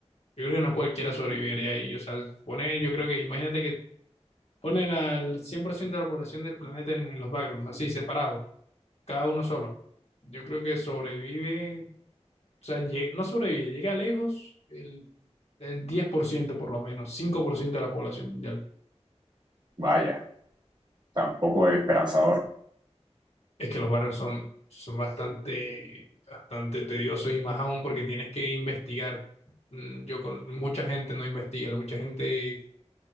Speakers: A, on the left; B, on the right.
A: yo creo que no cualquiera sobreviviría ahí. O sea, pone, yo creo que, imagínate que Ponen al 100% de la población del planeta en, en los backgrounds, así, separados, cada uno solo. Yo creo que sobrevive, o sea, lle- no sobrevive, llega lejos el, el diez por ciento por lo menos, 5% de la población mundial.
B: vaya. tampoco es esperanzador.
A: Es que los backgrounds son, son bastante, bastante tediosos y más aún porque tienes que investigar. Mm, Yo con mucha gente no investiga, mucha gente